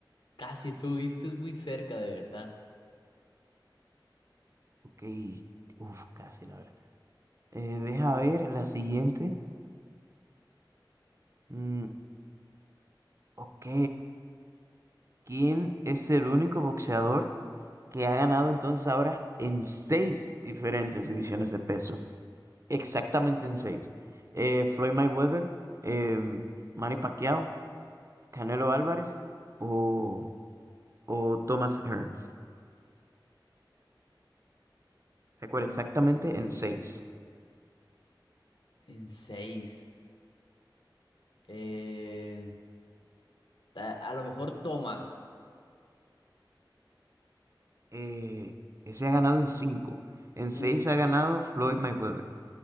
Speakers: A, on the left; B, on the right.
A: Casi estuviste muy cerca, de verdad.
B: Ok. Uf, casi, la verdad. Eh, deja ver la siguiente. Mm, Ok, ¿quién es el único boxeador que ha ganado entonces ahora en seis diferentes divisiones de peso? Exactamente en seis. Eh, Floyd Mayweather, em, Manny Pacquiao, Canelo Álvarez o, o Thomas Hearns. Recuerda,
A: Mm,
B: exactamente en seis.
A: en seis. Eh, a, a lo mejor Tomás.
B: Eh, ese ha ganado en cinco. En
A: Uf.
B: seis ha ganado Floyd Mayweather.